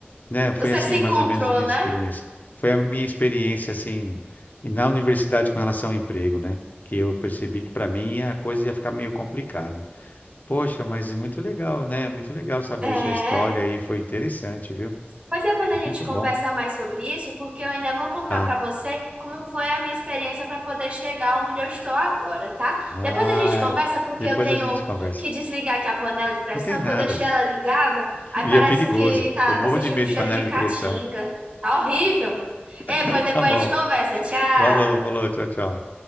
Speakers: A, on the left (about 45°); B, on the right (about 30°).
A: né? Foi
B: Você
A: assim,
B: se encontrou,
A: mais ou menos a minha
B: né?
A: experiência. Foi a minha experiência assim e na universidade com relação ao emprego, né? Que eu percebi que para mim a coisa ia ficar meio complicada. Poxa, mas é muito legal, né? Muito legal saber
B: É.
A: sua história aí, foi interessante, viu?
B: Pois depois a gente
A: Muito
B: conversa
A: bom.
B: mais sobre isso, porque eu ainda vou contar
A: Tá.
B: pra você como foi a minha experiência para poder chegar onde eu estou agora, tá?
A: Ah,
B: Depois a gente conversa, porque
A: depois
B: eu tenho
A: a gente conversa.
B: que desligar aqui a panela de pressão,
A: Não tem nada.
B: que eu deixei ela ligada, aí
A: E
B: parece
A: é perigoso.
B: que tá,
A: Eu morro
B: tá sentindo
A: de medo
B: um cheiro
A: de panela
B: de caatinga.
A: de pressão.
B: Tá horrível. É,
A: <laughs>
B: pois depois
A: Tá bom.
B: a gente conversa. Tchau.
A: Falou, falou. Tchau, tchau.